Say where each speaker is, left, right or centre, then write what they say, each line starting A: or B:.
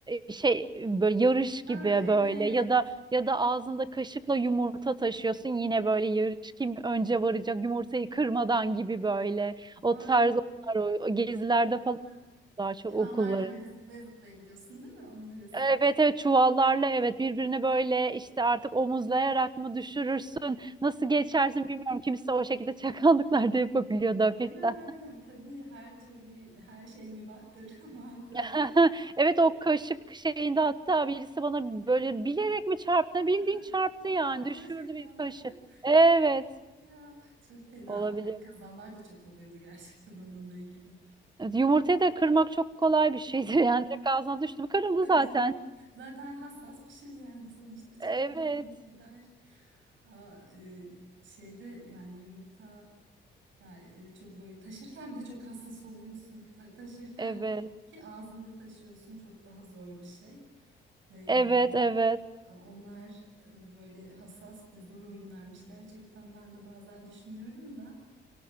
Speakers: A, on the right (about 20°); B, on the right (about 75°).
A: e, şey böyle yarış gibi
B: Aa evet
A: böyle ya da ya da ağzında kaşıkla yumurta taşıyorsun yine böyle yarış kim önce varacak yumurtayı kırmadan gibi böyle o
B: doğru
A: tarz onlar o gezilerde
B: doğru doğru.
A: falan daha çok
B: Çivanlarla
A: okulları.
B: böyle zıplaya zıplaya gidiyorsun değil mi? Onu diyorsun.
A: Evet evet çuvallarla evet birbirine böyle işte artık omuzlayarak mı düşürürsün nasıl geçersin bilmiyorum kimse o şekilde çakallıklar da yapabiliyordu hafiften.
B: Aynen aynen tabii her türlü her şey mübahtır <laughs> mantığıyla.
A: <laughs> Evet o kaşık şeyinde hatta birisi bana böyle bilerek mi çarptı bildiğin
B: Ha,
A: çarptı
B: Aa,
A: yani
B: gerçekten
A: düşürdü bir kaşı.
B: mi? <laughs>
A: Evet
B: Ya çok fena
A: olabiliyor.
B: ama kazalar da çok oluyordu gerçekten onunla ilgili.
A: Evet, Yumurtayı da kırmak çok kolay bir şeydir <laughs> yani direkt ağzına düştü mü kırıldı
B: Tabii
A: zaten.
B: canım. Zaten hassas bir şey yani sonuçta çat
A: Evet
B: diye kırılıp gider. Aa, e, şeyde yani yumurta yani, e, çok böyle taşırken bile çok hassas oluyorsun. Ta- taşırken
A: evet
B: ki ağzında taşıyorsun çok daha zor bir şey. E, yani
A: evet evet
B: e, onlar e, böyle hassas ve zor oyunlarmış gerçekten ben de bazen düşünüyorum da.